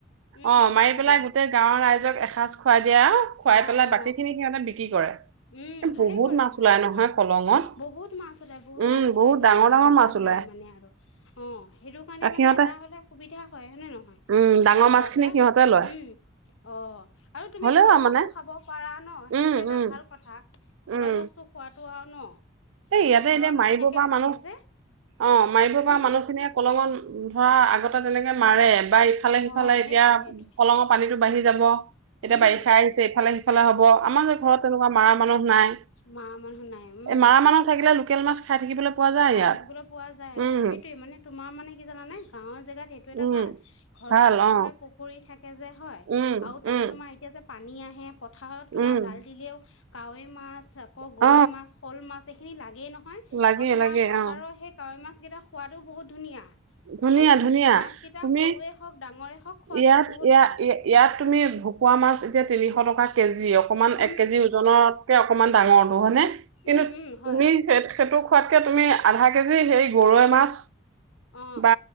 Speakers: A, on the right (about 85°); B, on the left (about 90°).
A: অ'
B: উম
A: মাৰি
B: হয়
A: পেলাই
B: দিয়া
A: গোটেই গাঁৱৰ ৰাইজক এসাঁজ খুৱাই দিয়ে আও, খুৱাই
B: অ
A: পেলাই
B: অ
A: বাকী খিনি সিহঁতে বিক্ৰী কৰে।
B: উম
A: এ
B: ভালে
A: বহুত
B: কৰে
A: মাছ
B: ভালে
A: ওলাই নহয়
B: কৰে
A: কলঙত
B: বহুত মাছ ওলাই বহুত
A: উম
B: মাছ ওলাই,
A: বহুত
B: তোমাৰ
A: ডাঙৰ ডাঙৰ
B: হিচাপ
A: মাছ ওলাই
B: নাই মানে। অ' সেইটো কাৰণে
A: আৰু
B: মানে
A: সিহঁতে
B: এটা হলে সুবিধা হয়। হয়নে নহয়?
A: উম
B: তেনেকুৱা
A: ডাঙৰ মাছ খিনি
B: হলে
A: সিহঁতে লয়
B: উম অ' আৰু তুমি
A: হ'লেও
B: ঘৰৰ
A: আৰু মানে
B: মাছো খাব পাৰা ন', সেইটো
A: উম
B: এটা
A: উম
B: ভাল কথা ঘৰৰ
A: উম
B: বস্তু খোৱাটো আৰু ন।
A: এই
B: ধৰি
A: ইয়াতে
B: লওক ঘৰৰ
A: এতিয়া মাৰিব
B: নিচিনাকে
A: পৰা
B: ৰাখে
A: মানুহ
B: যে
A: অ' মাৰিব পৰা
B: উম
A: মানুহখিনিয়ে কলঙত ধৰা আগতে তেনেকে মাৰে বা ইফালে-সিফালে
B: অ সেইটোৱে
A: এতিয়া
B: সেইটোৱে
A: কলঙৰ পানীটো বাঢ়ি যাব। এতিয়া
B: উম
A: বাৰিষা আহিছে, ইফালে-সিফালে হব আমাৰ যে ঘৰত তেনেকুৱা মাৰা মানুহ নাই।
B: মাৰা মানুহ নাই। উম!
A: এ মাৰা মানুহ থাকিলে। লোকেল মাছ খাই থাকিবলৈ পোৱা যায়
B: খাই
A: ইয়াত
B: থাকিবলৈ পোৱা যায়,
A: উম
B: অ' সেইটোয়ে মানে তোমাৰ মানে কি জানানে গাঁৱৰ জেগাত সেইটো এটা
A: উম
B: ভাল। ঘৰৰ
A: ভাল
B: চবৰে
A: অ
B: প পৰি থাকে যে, হয়
A: উম
B: আৰু তাতে
A: উম
B: তোমাৰ এতিয়া যে পানী আহে পথাৰত তোমাৰ
A: উম
B: জাল দিলেও। কাৱৈ মাছ আকৌ গৰৈ
A: অ
B: মাছ, শ'ল মাছ এইখিনি লাগেই নহয় আৰু
A: লাগে
B: তোমাৰ
A: লাগে
B: পথাৰৰ
A: অ
B: সেই কাৱৈ মাছ কেইটা খোৱাতো বহুত ধুনীয়া মানে
A: ধুনীয়া ধুনীয়া
B: মাছ কেইটা
A: তুমি
B: সৰুৱে হওঁক, ডাঙৰে হওঁক খোৱাটো
A: ইয়াত
B: বহুত
A: ইয়া
B: ভাল।
A: ইয়াত তুমি ভকুৱা মাছ এতিয়া তিনিশ টকা। কেজি অকমান
B: উম
A: এক কেজি
B: তিনিশ
A: ওজনতকে
B: টকা
A: অকমান ডাঙৰটো হয়নে? কিন্তু
B: উম উম হয়
A: তুমি সেই-সেইটো খোৱাতকে তুমি আধা কেজি হেই গৰৈ মাছ
B: অ
A: বা